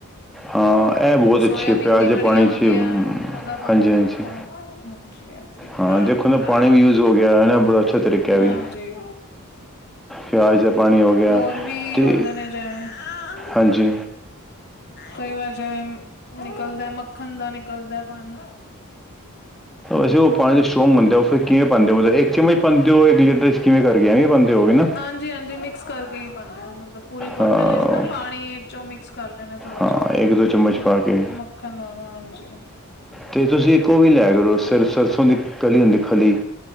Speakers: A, in the centre; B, on the left (about 50°).
A: ਹਾਂ ਇਹ ਬਹੁਤ
B: ਸੋਇਆਬੀਨ
A: ਅੱਛੇ ਹੈ। ਪਿਆਰ
B: ਦੀ
A: ਜ
B: ਵੜੀਆਂ
A: ਪਾਣੀ
B: ਆਉਂਦੀਆਂ
A: ਚ ਹਮਮ-ਹਾਂਜੀ-ਹਾਂਜੀ
B: ਉਹਦਾ ਪਾਣੀ ਦੇਤਾ ਹਾਂਜੀ ਇਸ ਤਰੀਕੇ
A: ਹਾਂ।
B: ਨਾਲ।
A: ਦੇਖੋ ਨਾ ਪਾਣੀ ਵੀ ਯੂਜ ਹੋ ਗਿਆ ਕੀਆ ਹੈ ਨ ਬੜਾ ਅੱਛਾ ਤਰੀਕਾ ਹ ਐਵੀ।
B: ਹਾਂਜੀ,
A: ਪਿਆਜ ਦਾ ਪਾਣੀ ਹੋ ਗਿਆ।
B: ਹੋਰ ਵੀ
A: ਤੇ
B: ਹੁੰਦੇ ਨੇ ਜਿਵੇਂ
A: ਹਾਂਜੀ
B: ਕਈ ਵਜਾ ਉਮ-ਨਿਕਲਦਾ ਮੱਖਣ ਦਾ ਨਿਕਲਦਾ ਹੈ ਪਾਣੀ।
A: ਅਸੀਂ ਉਹ ਪਾਣੀ ਚ <unintelligible> ਉਹ ਫਿਰ ਕਿਵੇਂ ਪਾਉਂਦੇ ਹੁੰਦੇ? ਇੱਕ ਚਮਚ ਪਾਂਦੇ ਹੋ ਇੱਕ ਲੀਡਰ ਚ ਕਿਵੇਂ ਕਰਕੇ ਐਵੇਂ ਪਾਉਂਦੇ ਹੋਗੇ ਨਾ?
B: ਹਾਂਜੀ-ਹਾਂਜੀ। ਮਿਕਸ ਕਰਕੇ ਹੀ ਪਾਂਦੇ ਹਾਂ। ਮਤਲਬ ਪੂਰੀ ਬੋਟਲ
A: ਹਾਂ
B: ਵਿੱਚ ਨਾ ਪਾਣੀ ਚ ਮਿਕਸ ਕਰ ਲੈਣਾ ਥੋੜਾ
A: ਹਾਂ
B: ਜਹਾ।
A: ਇੱਕ ਦੋ ਚਮਚ ਪਾ ਕੇ
B: ਮੱਖਣ ਨਾਲ ਹਾਂਜੀ।
A: ਤੇ ਤੁਸੀਂ ਇੱਕ ਉਹ ਵੀ ਲੈ ਕਰੋ ਸਰਸੋਂ ਦੀ ਕਲੀ ਹੁੰਦੀ ਖਲੀ।